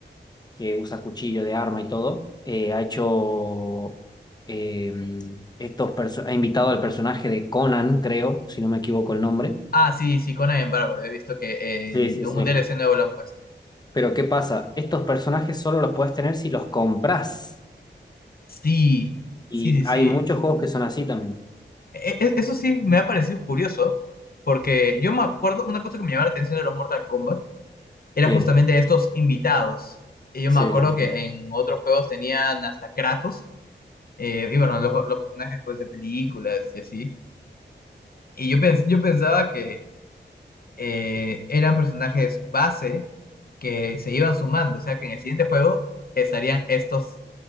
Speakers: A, on the left; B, on the left.
A: que usa cuchillo de arma y todo, eh, ha hecho eh, estos perso- ha invitado al personaje de Conan, creo, si no me equivoco el nombre.
B: Ah, sí, sí, Conan en Bárbaro, he visto que
A: Sí,
B: en
A: sí,
B: un
A: sí.
B: DLC nuevo lo han puesto.
A: Pero ¿qué pasa? Estos personajes solo los puedes tener si los compras.
B: Sí, sí,
A: Y
B: sí,
A: hay
B: sí.
A: muchos juegos que son así también.
B: E- e- e, eso sí me ha parecido curioso, porque yo me acuerdo, una cosa que me llamaba la atención de los Mortal Kombat era
A: Sí,
B: justamente estos invitados. Y yo
A: sí,
B: me acuerdo
A: sí, sí.
B: que en otros juegos tenían hasta Kratos, eh, y bueno, los, los personajes pues, de películas y así. Y yo, pens- yo pensaba que eh, eran personajes base que se iban sumando, o sea que en el siguiente juego estarían estos